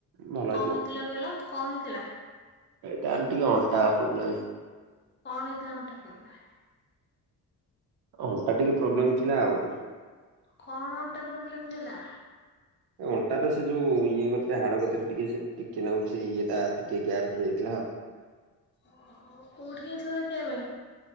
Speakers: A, on the right; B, on the left.
A: ଭଲ
B: କଣ
A: ହେଇଯିବ।
B: ହେଇଥିଲା କହିଲ କଣ ହେଇଥିଲା?
A: ଏ ତାର ଟିକେ ଅଣ୍ଟା ପ୍ରୋବ୍ଲେମ।
B: କଣ ହେଇଥିଲା ଅଣ୍ଟା ପ୍ରୋବ୍ଲେମ?
A: ଅଣ୍ଟା ଟିକେ ପ୍ରୋବ୍ଲେମ ଥିଲା ଆଉ।
B: କଣ ଅଣ୍ଟା ପ୍ରୋବ୍ଲେମ ଥିଲା?
A: ଏ ଅଣ୍ଟାଟା ସେ ଯୋଉ ଇଏ କତିରେ ହାଡ କତିରେ ଟିକେ ସେ ଟିକେ ନାକୁରୁ ସେଇ ଇଏ ଟା ଟିକେ ଗ୍ୟାପ୍ ହେଇଯାଇଥିଲା ଆଉ।
B: ଓହୋ କୋଉଠି ଯାଇଥିଲ ଦେଖିବା ପାଇଁ?